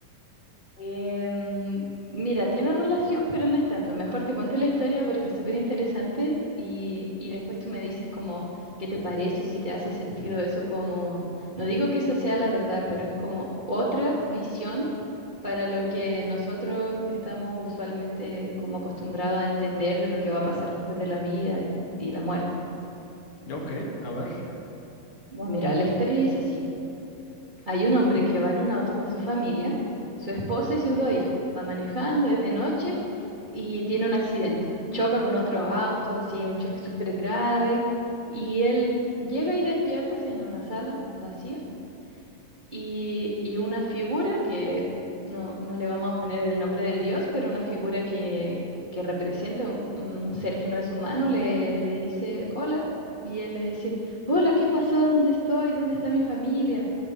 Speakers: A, on the right; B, on the left.
A: Em, mira, tiene relación, pero no es tanto. Mejor te cuento la historia porque es súper interesante y, y después tú me dices como qué te parece, si te hace sentido eso como, no digo que eso sea la verdad, pero es como otra visión para lo que nosotros estamos usualmente como acostumbrados a entender de lo que va a pasar después de la vida y, y la muerte.
B: Ok, a ver.
A: Ya, mira, la historia dice así. Hay un hombre que va en un auto con su familia, su esposa y sus dos hijos. Va manejando desde noche y tiene un accidente. Choca con otro auto, así, un choque súper grave, y él llega y despierta así, en una sala vacía, y, y una figura que no, no le vamos a poner el nombre de Dios, pero una figura que, que representa un, un- un ser que no es humano, le, le dice, hola, y él le dice, hola, ¿qué pasó? ¿Dónde estoy? ¿Dónde está mi familia?